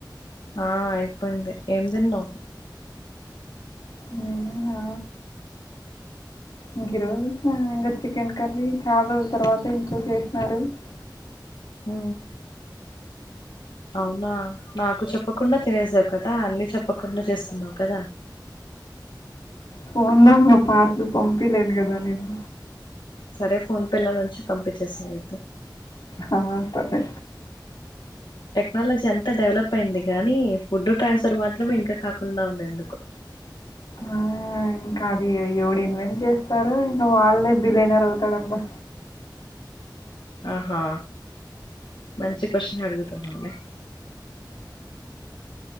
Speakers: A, on the left; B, on the left.
A: ఆ అయిపోయింది ఏం తిన్నవ్
B: నేనా ఇంక ఈ రోజు చూసా ఇంకా చికెన్ కర్రీ చాలా రోజుల్ తర్వాత ఇంట్లో చేసినారు. <inaudible>
A: మ్ అవునా నాకు చెప్పకుండా తినేసావ్ క అ అన్ని చెప్పకుండా చేస్తున్నావ్ కదా
B: ఫోన్లో మా పార్సులు పంపిలేను కదా నేను
A: సరే ఫోన్ పేన్ల నుంచి పంపించెసేయ్ అయితే
B: ఆ సరే
A: టెక్నాలజీ అంతా డెవలప్ అయింది గానీ ఫుడ్ ట్రాన్స్ఫర్ మాత్రమే ఇంకా కాకుండా ఉంది ఎందుకో
B: ఆ ఇంకా అది ఎవడు ఇన్వెంట్ చేస్తారో ఇంకా వాళ్ళే బిలినియర్ అవుతాడమ్మా
A: ఆహా మంచి క్వశ్చన్ అడుగుతున్నవ్ లే